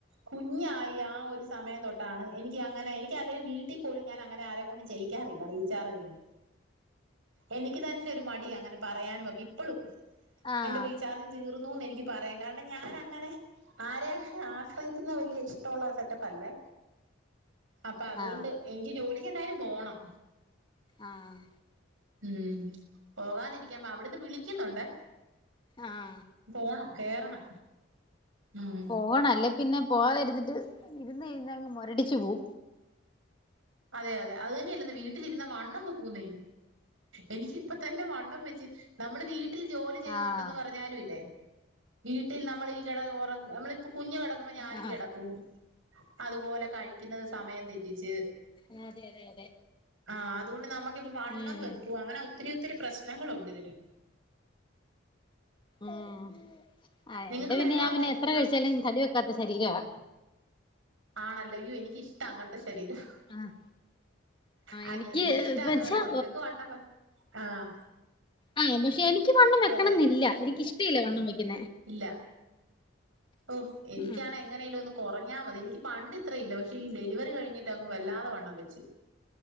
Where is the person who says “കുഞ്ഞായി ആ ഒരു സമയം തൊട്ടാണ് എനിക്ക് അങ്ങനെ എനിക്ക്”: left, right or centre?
Right